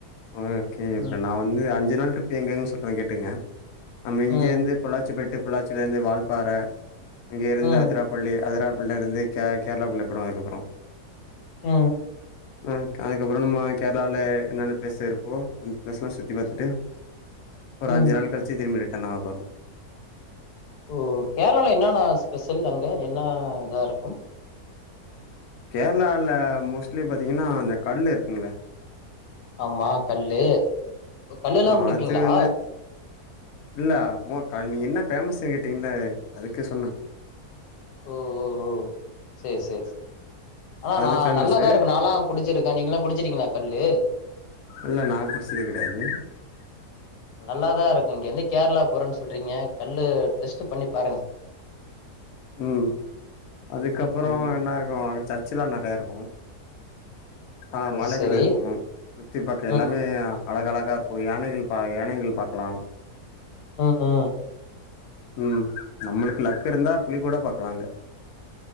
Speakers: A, on the left; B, on the left.
A: ஒ கே
B: ம்
A: இப்ப நா வந்து அஞ்சு நாள் ட்ரிப் எங்கன்னு சொல்றே கேட்டுக்குங்க நம்ம
B: ம்
A: இங்கருந்தே பொள்ளாச்சி போய்ட்டு பொள்ளாச்சிலேர்ந்து வாழ்ப்பார அங்கிருந்து
B: ம்
A: அதுராப்பள்ளி அதுரா ள்ள இருந்து கே கேரளாக்குள்ள போயிடுவே அதுக்கப்புறோ
B: உ
A: அ அதுக்கப்புறோ நம்ம கேரளாவ்லே என்னென்ன பிளேஸ் இருக்கோ அந்த பிளேஸ்லா சுத்தி பாத்துட்டு ஒரு
B: ம்
A: அஞ்சு நாள் கழிச்சி திரும்மிரே என்னாபரு
B: ஓ கேர்ளாள என்னன்னா ஸ்பெஷ் செல்லங்க என்ன இதா இருக்கு
A: கேரளால மோஸ்ட்லி பாத்தீங்கன்னா இந்த கல் இருக்குங்கள
B: ஆமா கல்லு கல்ல எல்லா
A: அ
B: குடிப்பீங்களா
A: அது வந்து இல்ல மோ கலை நீங்க என்ன ஃபேமஸ்ஸு கேட்டீங்கள்ள அதுக்கு சொன்னே
B: ஓ ஓ சரி சரி சார் ஆனா
A: அது
B: நா
A: ஃபேமஸு.
B: நல்லாதா இருக்கு நாலா குடிச்சிருக்கே நீங்கல்லா குடிச்சிருங்கீங்களா கல்லு
A: இல்ல நா குடுசது கடையாது
B: நல்லாதா இருக்கு இங்க வந்து கேரளா போறேன்னு சொல்றீங்க கல்லு டெஸ்ட் பண்ணி பாருங்க
A: உ அதுக்கப்புறோ
B: ம் ம்
A: என்ன இருக்கு சர்ச்ல நறையா இருக்கு
B: ஓ
A: ஆ மலைகள்
B: சரி
A: இருக்கு சுத்தக பாக்க
B: ம்
A: எல்லாமே அழக அழகாக இருக்கு யானைகள் பா யானைகள் பாக்கலா
B: உ உ
A: உ நம்மளுக்கு லக் இருந்தா புலி கூட பாக்கலாங்க